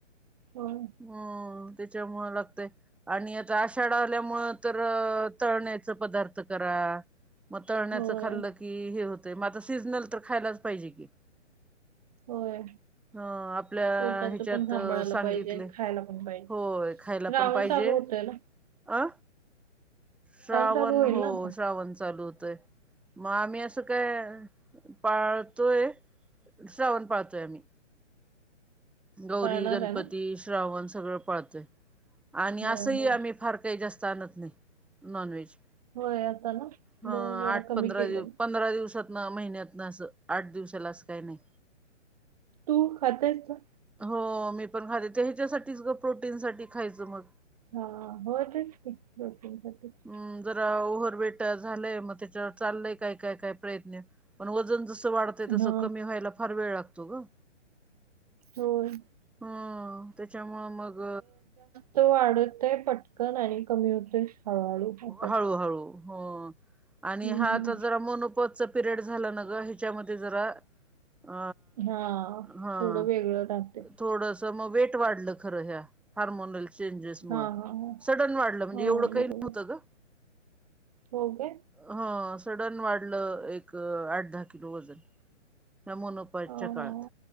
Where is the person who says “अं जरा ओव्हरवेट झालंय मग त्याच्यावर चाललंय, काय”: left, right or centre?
Centre